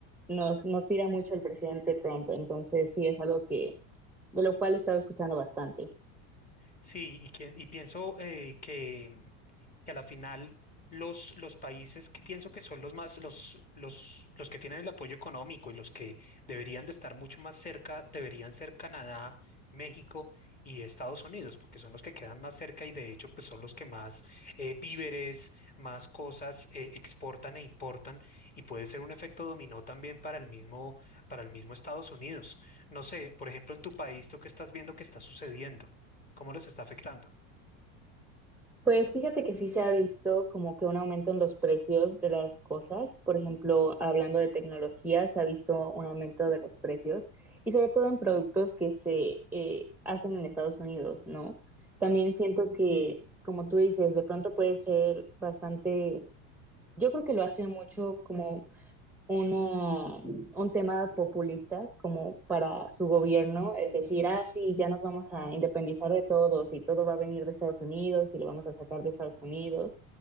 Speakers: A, in the centre; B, on the left.
A: nos, nos tira mucho el presidente Trump. Entonces sí, es algo que, de lo cual he estado escuchando bastante.
B: Sí, y, que- y pienso eh, que, mm, que a la final los, los países que pienso que son los más, los, los, los que tienen el apoyo económico y los que deberían de estar mucho más cerca, deberían ser Canadá, México y Estados Unidos, porque son los que quedan más cerca y de hecho pues son los que más eh, víveres, más cosas eh, exportan e importan y puede ser un efecto dominó también para el mismo, para el mismo Estados Unidos. No sé, por ejemplo, en tu país, ¿tú qué estás viendo que está sucediendo? cómo los está afectando.
A: Pues fíjate que sí se ha visto como que un aumento en los precios de las cosas. Por ejemplo, hablando de tecnología, se ha visto un aumento de los precios y sobre todo en productos que se eh, hacen en Estados Unidos, ¿no? También siento que, como tú dices, de pronto puede ser bastante, yo creo que lo hace mucho como una, un tema populista como para su gobierno, el decir, ah, sí, ya nos vamos a independizar de todos y todo va a venir de Estados Unidos y lo vamos a sacar de Estados Unidos.